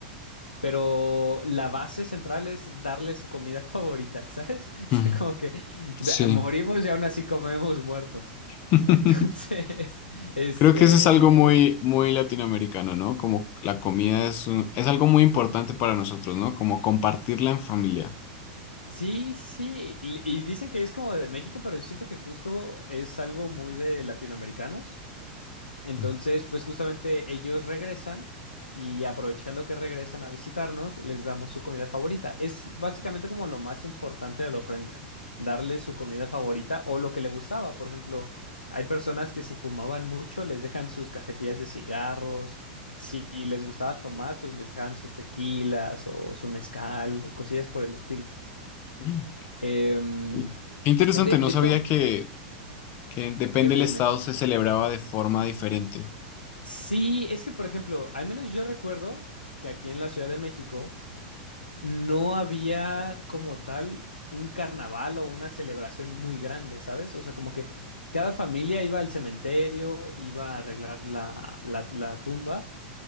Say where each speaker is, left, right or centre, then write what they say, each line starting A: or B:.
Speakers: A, on the left; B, on the left.
A: Pero la base central es darle su comida favorita, ¿sabes? <laughs>
B: ujú,
A: O sea, como que da-
B: sí.
A: morimos y aún así comemos muertos.
B: <laughs>
A: Entonces, <laughs> este,
B: Creo que eso es algo
A: sí,
B: muy, muy latinoamericano, ¿no? Como la comida es, un- es algo muy importante para nosotros, ¿no? Como compartirla en familia.
A: sí, sí. Y, y dicen que es como de México, pero yo siento que justo es algo muy de latinoamericanos. Entonces,
B: Mm.
A: pues justamente ellos regresan y aprovechando que regresan a visitarnos, les damos su comida favorita. Es básicamente como lo más importante de la ofrenda, darles su comida favorita o lo que le gustaba. Por ejemplo, hay personas que si fumaban mucho, les dejan sus cajetillas de cigarros. Si les gustaba tomar, pues les dejan sus tequilas o su mezcal o cosillas por el estilo.
B: Mm.
A: Em,
B: Y- Qué interesante,
A: de,
B: no
A: de
B: sabía
A: hecho,
B: que, que depende
A: dime,
B: del
A: dime.
B: estado se celebraba de forma diferente.
A: Sí, es que, por ejemplo, al menos yo recuerdo que aquí en la Ciudad de México no había como tal un carnaval o una celebración muy grande, ¿sabes? O sea, como que cada familia iba al cementerio, iba a arreglar la, la, la tumba